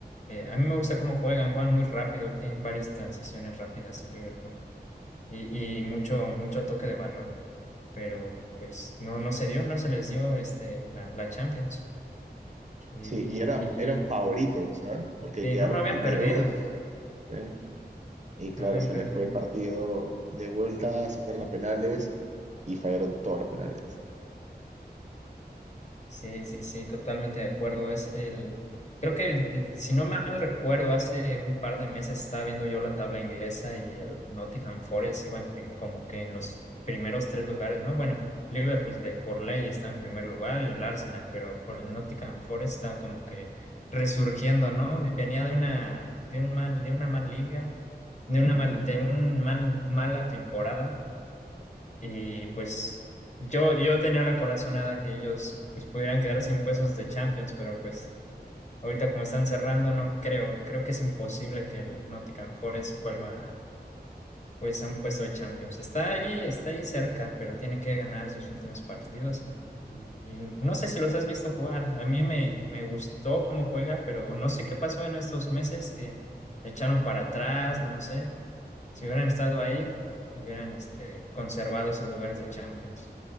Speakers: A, on the left; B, on the right.
A: Eh, a mí me gusta cómo juegan, juegan muy rápido, tienen varias transiciones rápidas el Liverpool y, y mucho, mucho toque de balón, pero pues no, no se dio, no se les dio este, la, la Champions y,
B: Sí,
A: y,
B: y eran,
A: y,
B: eran
A: y-
B: favoritos, ¿sabes? Porque
A: sí,
B: quedaron
A: no, no habían
B: primeros.
A: perdido,
B: sí. Y claro,
A: no habían
B: se
A: perdido
B: les fue
A: ni,
B: el partido de vuelta, se fueron a penales y fallaron todos los penales.
A: Sí, sí, sí, totalmente de acuerdo. Es el, creo que el- si no mal recuerdo, hace un par de meses estaba viendo yo la tabla inglesa y el Nottingham Forest iba en prim- como que en los primeros tres lugares, ¿no? Bueno, Liverpool de por ley estaba en primer lugar y el Arsenal, pero por el Nottingham Forest estaba como que resurgiendo, ¿no? Y Venía de una, de un mal, de una mal liga, de una mal, de un mal, mala temporada y pues yo, yo tenía la corazonada que ellos pues pudieran quedarse sin puestos de Champions, pero pues ahorita como están cerrando, no creo, creo que es imposible que el Nottingham Forest vuelva pues a un puesto de Champions. Está allí, está allí cerca, pero tiene que ganar sus últimos partidos y, y- y no sé si los has visto jugar. A mí me, me gustó cómo juega, pero no sé qué pasó en estos meses que le echaron para atrás, no sé, si hubieran estado ahí, hubieran este conservado sus lugares de Champions.